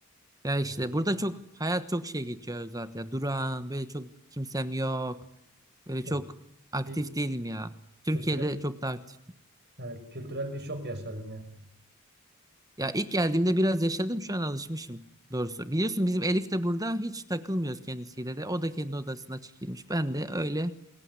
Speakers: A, on the right (about 15°); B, on the right (about 50°).
A: Ya
B: teşekkürler.
A: işte burada çok hayat çok şey geçiyor zaten ya. Durağan böyle çok kimsem yok. Böyle
B: E,
A: çok aktif
B: bir
A: değilim ya. Türkiye'de
B: kültürel,
A: çok daha aktif.
B: evet, kültürel bir şok yaşadın yani.
A: Ya ilk geldiğimde biraz yaşadım şu an alışmışım doğrusu. Biliyorsun bizim Elif de burada hiç takılmıyoruz kendisiyle de. O da kendi odasına çekilmiş. Ben de öyle